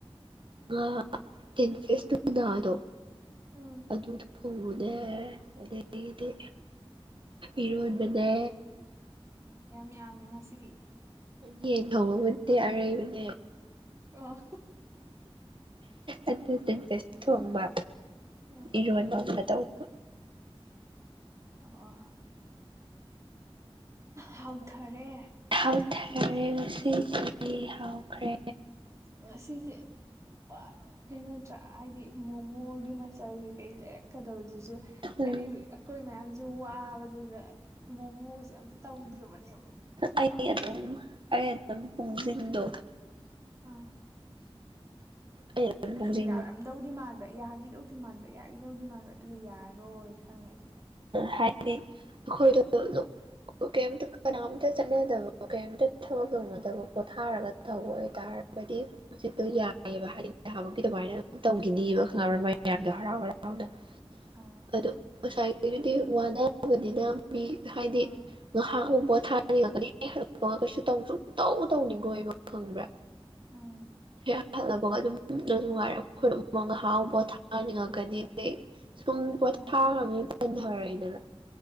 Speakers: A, on the right; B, on the right.
A: ꯇ ꯐꯦꯁꯗꯣ
B: ꯎꯝ
A: ꯑꯗꯨ ꯊꯣꯛꯉꯨꯅꯦ ꯑꯗꯨ ꯑꯗꯒꯤꯗꯤ ꯏꯔꯣꯟꯕꯅꯦ
B: ꯑꯣ ꯌꯥꯝ ꯌꯥꯝꯃꯦ ꯉꯁꯤꯗꯤ
A: ꯌꯦꯟ ꯊꯣꯡꯉꯕꯨꯗꯤ ꯑꯔꯩꯕꯅꯦ
B: ꯑꯣ
A: ꯑꯗꯨꯟꯦꯁ ꯊꯣꯡꯕ
B: ꯎꯝ
A: ꯏꯔꯣꯟꯕ ꯑꯃꯒ ꯇꯧꯕ
B: ꯑꯣ ꯍꯥꯎꯊꯔꯦ
A: ꯍꯥꯎꯊꯔꯦ ꯉꯁꯤꯁꯤ ꯍꯥꯎꯈ꯭ꯔꯦ
B: ꯉꯁꯤꯁꯦ ꯄ ꯅꯠꯇ꯭ꯔꯥ ꯍꯥꯏꯗꯤ ꯃꯣꯃꯣꯒꯤ ꯃꯆꯜ ꯀꯩꯀꯩ ꯂꯩꯔꯛꯀꯗꯕꯖꯤꯁꯨ ꯍꯥꯏꯗꯤ
A: ꯎꯝ
B: ꯑꯩꯈꯣꯏ ꯃꯌꯥꯝꯁꯦ ꯋꯥꯕꯗꯨꯗ ꯏ ꯃꯣꯃꯣꯒꯁꯨꯦ ꯑꯝꯇ ꯇꯧꯗ꯭ꯔꯕꯅꯦꯕ ꯋꯥꯕꯗꯒꯤ
A: ꯑꯩ ꯑꯗꯨꯝ ꯑꯩ ꯑꯗꯨꯝ ꯄꯨꯡꯁꯤꯡꯗꯣ
B: ꯑꯥ
A: ꯑꯩ ꯑꯗꯨꯝ
B: ꯑꯩꯁꯨ
A: ꯄꯨꯡꯁꯤꯡ
B: ꯌꯥꯔꯝꯗꯧꯗꯤ ꯃꯥꯟꯕ ꯌꯥꯒꯤꯗꯧꯗꯤ ꯃꯥꯟꯕ ꯌꯥꯒꯤꯗꯧꯗꯤ ꯃꯥꯟꯕ ꯑꯗꯨꯒ ꯌꯥꯔꯔꯣꯏ ꯈꯪꯉꯦ ꯑꯗꯣ
A: ꯍꯥꯏꯗꯤ ꯑꯩꯈꯣꯏꯗ ꯀꯌꯤꯝ ꯀꯅꯥꯝꯇ ꯆꯠꯅꯗꯕ ꯀꯩꯝꯇ ꯊꯕꯛ ꯇꯧꯅꯗꯕ ꯄꯣꯊꯥꯔꯒ ꯇꯧꯕ ꯑꯣꯏꯇꯥꯔꯒꯗꯤ ꯅꯨꯡꯁꯤꯠꯇꯣ ꯌꯥꯏꯑꯕ ꯍꯥꯏꯗꯤ ꯅꯍꯥꯃꯨꯀꯤ ꯑꯗꯨꯃꯥꯏꯅ ꯑꯗꯨꯝ ꯇꯧꯈꯤꯅꯤꯕ ꯈꯪꯕ꯭ꯔ ꯃ ꯃꯌꯥꯝꯗꯣ ꯍꯔꯥꯎ ꯍꯔꯥꯎꯅ <unintelligible>
B: ꯑ
A: ꯑꯗꯣ ꯉꯁꯥꯏꯒꯤꯗꯨꯗꯤ ꯍꯦꯛ ꯋꯥꯅꯥꯕꯅꯤꯅ ꯃꯤ ꯍꯥꯏꯗꯤ
B: ꯑꯥ
A: ꯉꯥꯏꯍꯥꯛ ꯑꯃꯨ ꯄꯣꯠ ꯊꯥꯅꯤꯡꯉꯒꯅꯤ ꯀꯩꯁꯨ ꯇꯧ ꯇꯧ ꯇꯧꯅꯤꯡꯉ ꯀꯣꯏꯕ ꯈꯪꯕ꯭ꯔꯥ
B: ꯎꯝ
A: ꯍꯦꯛ ꯍꯜꯂꯅꯕꯒ ꯑꯗꯨꯝ ꯅꯨꯡꯉꯥꯏꯔ ꯈ ꯍꯥꯎ ꯄꯣꯊꯥꯅꯤꯡꯉꯛꯀꯅꯤꯗ ꯁꯨꯝ ꯄꯣꯊꯥꯈ꯭ꯔꯕꯅꯤꯅ
B: ꯎꯝ
A: ꯇꯟꯊꯔꯦꯗꯅ